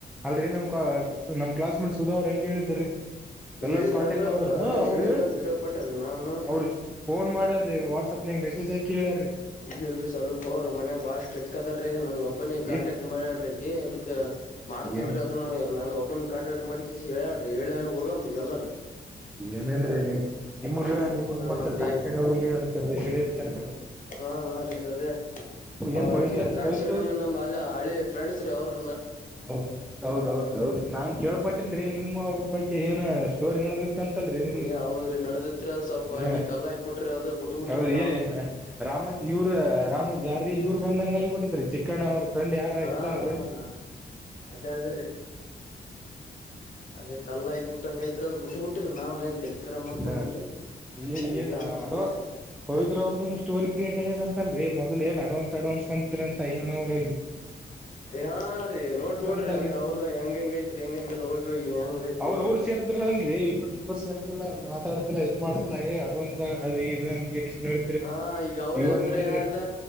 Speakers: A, in the centre; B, on the left.
A: ಅಲ್ರಿ ನಿಮ್ ನಮ ಕ್ಲಾಸ್ ಸುಧಾ ಅವರ್ ಹೆಂಗ ಹೇಳಿ ಬರ್ರಿ ಎಲ್ಲ
B: ಹೇಳಿದ್ರನ್ರಿ
A: ಕಾಂಟ್ಯಾಕ್ಟ್ ನಂಬರ್
B: ಅವ್ರು
A: ಹ
B: ಅದೇ
A: ಅವರು
B: ಹೇಳಿದ್ರ
A: ಹೇಳಿದ್ರಿ
B: ಅಂತ ಕೇಳ್ಪಟ್ಟ್ರಿ ನಾನು
A: ಅವ್ರ ಫೋನ್ ಮಾಡ ವಾಟ್ ವಾಟ್ಸಪ್ ನ್ಯಾಗ್ ಮೆಸೇಜ್ ಹಾಕಿ ಹೇಳ್
B: ಇಲ್ ಇಲ್ರೀ ಸ್ವಲ್ಪ ಅವ್ರ ಮಯಾಗ ಬಾಳ ಸ್ಟ್ರಿಕ್ ಅದಾರ್ರೀ ನನ್ಗ್ ಒಬ್ಬನಿ ಕಾಂಟ್ಯಾಕ್ಟ್
A: ಏ
B: ಮಾಡಿಯಾಳ್ರಿ ಏ ಎಲ್ಕ್ ಮಾಡ್ದಿಲ್ರರಿ
A: ಏನ್
B: ಅದನ್ನ ನನ್ ಒಬ್ಬನಿ ಕಾಂಟಾಕ್ಟ್ ಮಾಡಿ ಕಸಿ ಹೇಳ್ಯಳಿ ಹೇಳ್ಯ ಹೋಗಮ್ಮ ಈಗ ಎಲ್ಲರ್
A: ಏನಿಲ್ರಿ ನೀ ನಿಮಗ ನಿಮಗ್ ಮತ್ತದೆ
B: ಮತ್ತೆ
A: ರಾಕ್ಷಿಣಿ ಅವ್ರತ ಹೇಳಿರ್ತಾರೆ
B: ಹಾ ಹಾ ರೀ ಅದೇಕೆ
A: ಏನ್ ಪವಿತ್ರ
B: ದ್ರಾಕ್ಷಿಣ
A: ಪವಿತ್ರ
B: ನಮ್ ಅ ಹಳಿ ಫ್ರೆಂಡ್ಸ್ ರೀ ಅವರು
A: ಹೌದ್ ಹೌದೌದ್ರ ಹೌದ ನಾನ್ ಕೇಳ್ಪಟ್ಟೇನ್ರಿ ನಿಮ್ಮ ಅವ್ರ ಬಗ್ಗೆ ಏನ ತೋರಿ ನಡಬೇಕ ಅಂತಲ್ರಿ ನಿಮ
B: ಏ ಹೌದ್ರಿ ನಡದತ್ರಿ ಅದ್ ಸ್ವಲ್ಪ
A: ಹ
B: ಹಂಗೆ ಕಲ್ಲ ಹಾಕ್ಬಿಟ್ರಿ ಅದ ಬಿಟ್ಟ ಬಿಟ್ರಿ
A: ಹೌದು
B: ನಾವ್ನ್ ಈಗ
A: ರಾಮತ್ ಇವ್ರ ರಾಮ ಯಾರ ಇವರು ಬಂದಂಗ ಆಗಬಿಟ್ಟತ್ರಿ ಚಿಕ್ಕಣ್ಣ ಅವ್ರರು ಫ್ರೆಂಡ್ ಯಾರ
B: ಹಾ
A: ಇರ್ತಾರದು
B: ಹಾ ಹಾ ಅದೇ ಅದೇ ರೀ ಅದೇ ಕಲ್ಲ ಆಗಬಿಟ್ಟ ಹಂಗೈತ್ರಿ ಅದ್ ಬಿಟ್ ಬಿಟ್ರಿರಿ ನಾವ್ನೇನ್ ತಲಿಕರ ಮಾಡ್ಕೊಂಡಲ್ರಿ
A: ಹಾ ಈ
B: ಈಗ
A: ಏನ್
B: ಮಾಡ್ತರಿ
A: ಅಡವಾ ಪವಿತ್ರ ಅವ್ರ್ದಂದು ಸ್ಟೋರಿ ಕ್ರಿಯೇಟ್ ಆಗ್ಯದಂತ ಅಲ್ರಿ ಮೊದಲ್ ಏ ಅಡ್ವಾನ್ಸ್ ಅಡ್ವಾನ್ಸ್ ತಂದಿದ್ರಂತ ಅವ್ರು
B: ಹಾ ರೀ ನೋಡ್ ನೋಡ್ರಿ
A: ಅಂತಲ್ರರಿ
B: ಹಂಗ ಅವ್ರದ ಹೆಂಗ ಹೆಂಗ ಐತ್ರಿ ಹೆಂಗ ಹೆಂಗೆಲ್ಲ ಹೋಗಿ ಹೋಗಿ ಹೆಂಗ ಐತ್ರಿ
A: ಅವ್ರ ಅವರವರ ಸೇರಿದ್ರಲ್ರಿ ಇಬ್ರುಕ್ ಇಬ್ಬರು ಸೆರ್ ಆಲ್ಲ ಮಾತಾಡ್ತಿಲ್ಲಾ ಇದು ಮಾಡ್ತಿಲ್ಲಾ ಏ ಅಡ್ವಾನ್ಸ್ ಅವ ಇವ ಟನಿಸ್ ನೋಡಿದ್ರಿ
B: ಹಾ ಈಗ ಅವ್ರೇ
A: ಇವಾಗ
B: ಅಂದ್ರೆ
A: ನೋಡಿದ್ರಿ
B: ಏನಾಯ್ತ